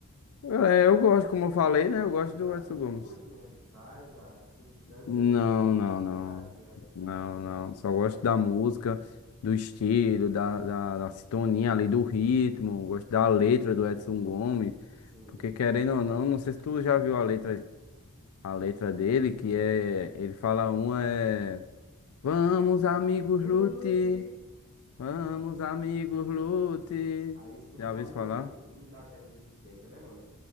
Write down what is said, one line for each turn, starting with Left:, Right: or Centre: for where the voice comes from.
Left: É, eu gosto, como eu falei,
Right: Mas você
Left: né?
Right: gosta
Left: Eu gosto
Right: assim
Left: do
Right: da cultura
Left: Edson Gomes.
Right: que o reggae traz, as substâncias
Left: Não, não,
Right: naturais
Left: não.
Right: que o reggae traz,
Left: Não,
Right: não?
Left: não. Só gosto da música, do estilo, da, da, da sintonia ali, do ritmo. Gosto da letra do Edson Gomes.
Right: Sim.
Left: Porque querendo ou não, não sei se tu já viu a letra, a letra dele, que é. Ele fala uma é. Vamos, amigos,
Right: Guluti,
Left: lute. Vamos,
Right: vamos,
Left: amigos,
Right: amigo Lute.
Left: lute.
Right: Aí escuta
Left: Já
Right: pra
Left: ouviu
Right: não,
Left: isso falar?
Right: não dar aquela desistência, né, mano?